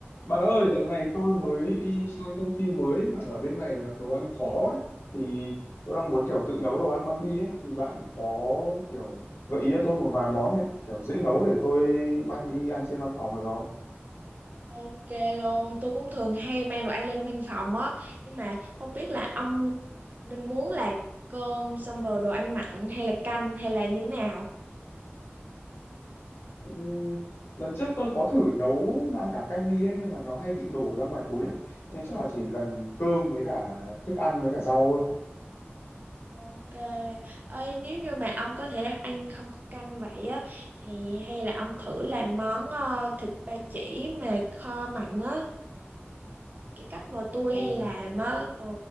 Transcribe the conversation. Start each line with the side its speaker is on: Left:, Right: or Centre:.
Left: Bạn ơi, dạo này tôi mới đi sang công ty mới mà ở bên này đặt đồ ăn khó ấy. Thì tôi đang muốn kiểu tự nấu đồ ăn mang đi ấy. Thì bạn có kiểu gợi ý cho tôi một vài món ấy, kiểu dễ nấu để tôi mang đi ăn trên văn phòng được không?
Right: Ok luôn, tôi cũng thường hay mang đồ ăn lên văn phòng á, nhưng mà không biết là ông định muốn là cơm xong rồi đồ ăn mặn hay là canh hay là như thế nào?
Left: Ừ, Lần trước tôi có thử nấu mang cả canh đi ấy nhưng mà nó hay bị đổ ra ngoài túi ấy. Nên chắc là chỉ cần cơm với cả thức ăn với cả rau thôi.
Right: Ok, ơi nếu như mà ông có thể ăn không có canh vậy á, thì hay là ông thử làm món ờ, thịt ba chỉ mà kho mặn á, cái cách mà tôi
Left: Ồ.
Right: hay làm á, ừ.